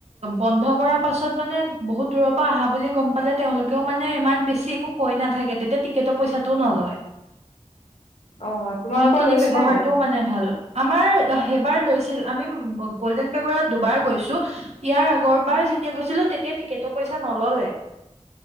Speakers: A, on the right (about 65°); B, on the left (about 70°).
A: বন্ধ কৰ পাছত মানে বহুত দূৰ পৰা অহা বুলি গম পালে তেওঁলোকে মানে ইমান বেি একো কৈ নাথেতিয়া টৰ পইচাটো নলয়
B: অ' তোমালোকৰ
A: খিনি
B: লৈছিলে
A: ব্যৱহাৰটো
B: নাই
A: মানে ভাল, আমাৰ সেইবাৰ লৈছিল আমি গল্ডেন পেগডাত দুবাৰ গৈছোঁ, ইয়াৰ আগৰবাৰ যেতিয়া গৈছিলোঁ টিকেটৰ পইছা নল'লে।